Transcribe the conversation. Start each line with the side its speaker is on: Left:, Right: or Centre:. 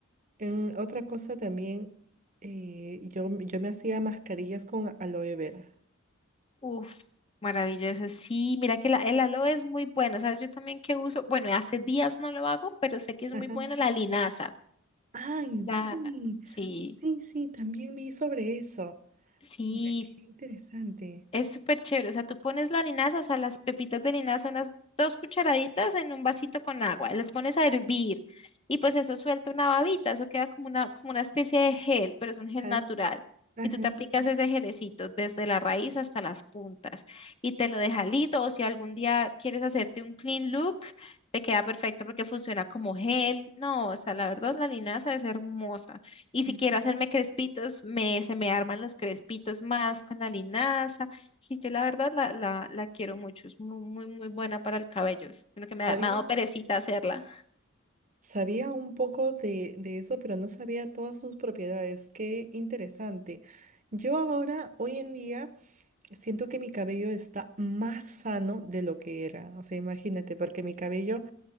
Right: En otra cosa también, eh, yo, yo me hacía mascarillas con aloe vera.
Left: uf, maravilloso. Sí, mira que la, el aloe es muy bueno, ¿sabes? Yo también que uso, bueno, hace días no lo hago, pero sé que es
Right: Ajá.
Left: muy bueno la linaza.
Right: Ay, sí,
Left: La, sí,
Right: sí, sí, también vi sobre eso.
Left: sí,
Right: Mira, qué interesante.
Left: Es súper chévere. O sea, tú pones la linaza, o sea, las pepitas de linaza, unas dos cucharaditas en un vasito con agua, las pones a hervir y pues eso suelta una babita, eso queda como una, como una especie de gel, pero es un gel
Right: Ajá.
Left: natural.
Right: Ajá.
Left: Y tú te aplicas ese gelecito desde la raíz hasta las puntas y te lo deja lindo. O si algún día quieres hacerte un clean look, te queda perfecto porque funciona como gel. No, o sea, la verdad, la linaza es hermosa. Y
Right: qué-
Left: si quiero hacerme crespitos, me, se me arman los crespitos más con la linaza. Sí, yo la verdad la, la, la quiero mucho, es muy, muy, muy buena para el cabello, es lo que
Right: Sabía,
Left: me ha, me ha dado perecita hacerla.
Right: sabía un poco de, de eso, pero no sabía todas sus propiedades. Qué interesante. Yo ahora, hoy en día, siento que mi cabello está más sano de lo que era. O sea, imagínate, porque mi cabello